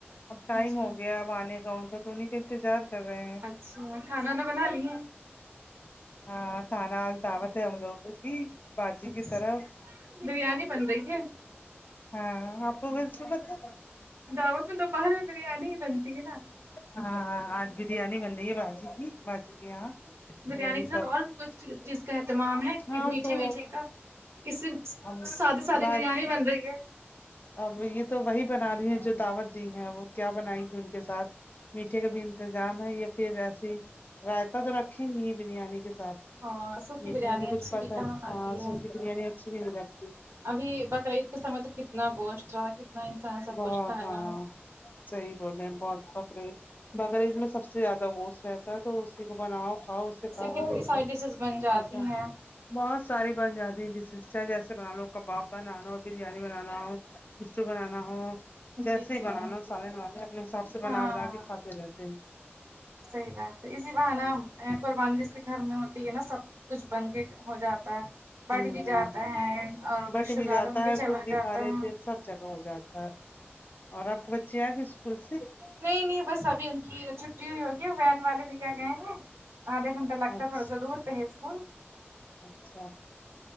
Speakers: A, on the left; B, on the right.
A: اب ٹائم
B: جی
A: ہو گیا اب آنے کا ان کا تو انہیں کا انتظار کر رہے ہیں
B: اچھا کھانا وانا بنالیے
A: ہاں کھانا آج دعوت ہے ہم لوگوں کی باجی
B: اچھا
A: کی طرف
B: بریانی بن رہی ہے
A: ہاں آپ کو کیسے پتہ
B: اب اپن دو پہر میں بریانی ہی بنتی ہے نا
A: ہاں ہاں آج بریانی بن رہی ہے باجی کی باجی کی یہاں
B: بریانی
A: وہی
B: کے ساتھ
A: سب
B: اور بھی کچھ چیز کا اہتمام ہے
A: ہاں
B: کی میٹھے
A: تو
B: ویٹھے کا کس
A: ہم
B: سادی سادی
A: رات
B: بریانی بن رہی ہے
A: اب یے تو وہی بنا رہی ہیں جو دعوت دی ہے وہ کیا بنائے گی ان کے ساتھ میٹھے کا بی کا انتظام ہے یا پھر ایسی رائتہ تو رکھیں گی ہی بریانی کے ساتھ
B: ہاں سوکھی
A: میٹھے
B: بریانی
A: میں تو
B: اچھی
A: کچھ پتا
B: بھی کہاں
A: ہے ہاں
B: آتی ہے
A: سب کی بریانی اچھی بھی نہیں لگتی
B: ابھی بکرہ عید کے سمے تو کتنا گوشت رہا کتنا انسان سب
A: بہت
B: کچھ کھایا
A: ہاں صحیح بولے بہت بکرے بکرہ عید میں سب سے زیادہ گوشت رہتا ہے تو اسی کو بناؤ کھاؤ اس سے <unintelligible>
B: کتنی ساری ڈشز بن جاتی
A: اچھا
B: ہیں
A: بہت ساری بن جاتی ہیں ڈیشیس چاہے جیسے بنا لو کباب بنا لو بریانی بنانا ہو مسٹو بنانا ہو جیسے
B: جی
A: ہی
B: جی
A: بنانا سالن والن اپنے حساب سے
B: ہاں
A: بنا بنا کے کھاتے رہتے ہیں
B: صحیح بات ہے اسی بہانہ قربانی جس کے گھر میں ہوتی ہے نا سب کچھ بن کے ہو جاتا ہے بٹ
A: آمہم
B: بھی جاتا ہے اور
A: بٹ
B: رشتے
A: بھی
B: داروں
A: جاتا
B: میں
A: ہے
B: چلا
A: خود بھی
B: جاتا
A: کھا لیتے
B: ہے
A: سب جگہ ہو جاتا ہے اور آپ کے بچے آئے گے اسکول سے
B: نہیں نہیں بس ابھی ان کی چھٹی ہوئی ہوگی وین والے بھی کیا گئے ہیں آدھے گھنٹہ ٹہ لگتا
A: اچھا
B: تھوڑا سا دور پے ہے سکول
A: اچھا